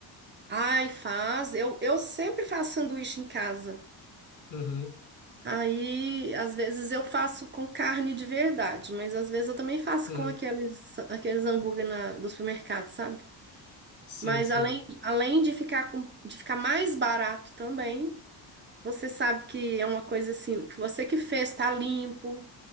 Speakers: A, on the right (about 25°); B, on the left (about 70°).
A: Ai, faz. Eu, eu sempre faço sanduíche em casa.
B: Uhum,
A: Aí, às vezes eu faço com carne de verdade, mas às vezes eu também faço
B: uhum,
A: com aqueles, aqueles hambúrguer na, do supermercado, sabe?
B: sim,
A: Mas
B: sim.
A: além, além de ficar com, de ficar mais barato também, você sabe que é uma coisa assim, que você que fez, tá limpo.